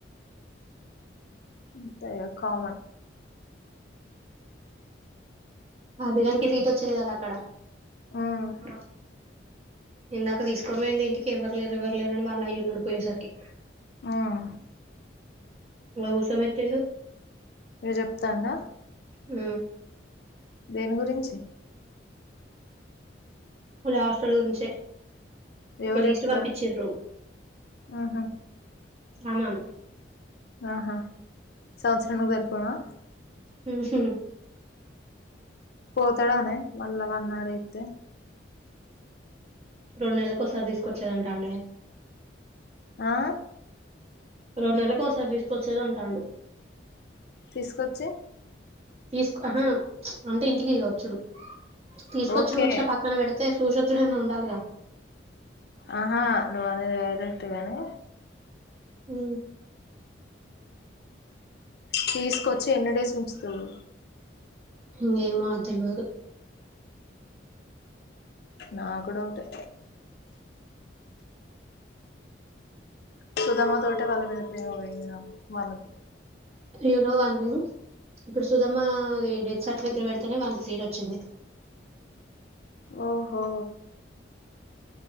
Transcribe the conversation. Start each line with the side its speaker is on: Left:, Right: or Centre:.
Left: అంతె కామన్
Right: అభిగానికి సీట్ వచ్చింది కదా అక్కడ
Left: ఉమ్
Right: అ ఇందాక తీసుకుపోయింది ఇంటికి ఎవ్వరు లేరు ఎవ్వరు లేరు అని వాళ్ళఅయ్యిన్నాడు పోయేసరికి
Left: ఉమ్
Right: ఇగ కూర్చో పెట్టిండు.
Left: చెప్తాండా.
Right: ఉ
Left: దేని గురించి
Right: హస్టల్ గురించే ఒక
Left: ఎవరు
Right: లీస్ట్
Left: చెప్తారు
Right: పంపించిండ్రు
Left: ఆహా
Right: మమన్
Left: ఆహా సంవత్సరం ను ఎరిపోవా
Right: హుహు
Left: పోతాడనే మళ్ళా వన్నాడైతే
Right: రెండు నెల్లకు ఒకసారి తీసుకొచ్చాంట అండి.
Left: ఆ
Right: రెండు నెల్లకు ఒకసారి తీసుకొచ్చేద అంట అండి.
Left: తీసుకొచ్చి
Right: తీసుకు ఆహా చ్చ్ అంటే ఇంటికి ఇగ వచ్చుడు. తీసుకొచ్చడ
Left: ఓకే
Right: ముచ్చిట పక్కన పెడ తె చూసొచ్చుడన్న ఉండాలగ
Left: ఆహా నువు అది అదెత్తుగని
Right: ఉ
Left: తీసుకొచ్చి ఎన్ని డేస్ ఉంచుతురు.
Right: ఇంగ ఏమా తెల్వదు.
Left: నాకు డౌటె సుదమ్మ తోటే వాలమీద ప్రేమ పోయింది. నాకు వాల్లకి
Right: యూనోవన్ రింగ్ గుర్సదమ్మ అది డెట్ సట్ ర్టిఫికెట్ పెడితేనే వానకి సీటొచ్చింది.
Left: ఓహో